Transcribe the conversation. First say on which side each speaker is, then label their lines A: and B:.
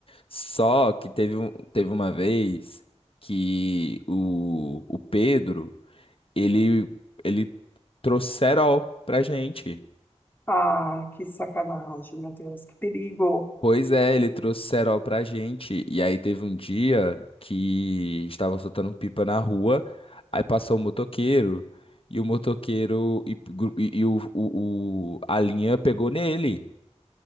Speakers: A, on the left (about 50°); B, on the left (about 15°).
A: Só que teve, um- teve uma vez que o, o Pedro, ele, ele trouxe cerol pra gente.
B: Ah, que sacanagem, meu Deus, que perigo.
A: Pois é, ele trouxe cerol pra gente. E aí teve um dia que estava soltando pipa na rua, aí passou o motoqueiro, e o motoqueiro e, gru- e- e o, o, o- a linha pegou nele.